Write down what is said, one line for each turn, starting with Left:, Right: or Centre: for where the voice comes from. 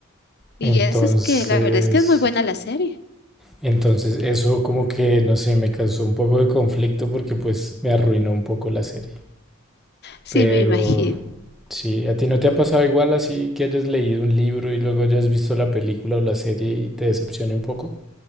Left: Y
Centre: Entonces,
Left: eso es que la verdad es que es muy buena la serie.
Centre: entonces eso como que, no sé, me causó un poco de conflicto porque pues me arruinó un poco la serie.
Left: Sí,
Centre: Pero
Left: me imagino.
Centre: sí, ¿a ti no te ha pasado igual así que hayas leído un libro y luego hayas visto la película o la serie y te decepcione un poco?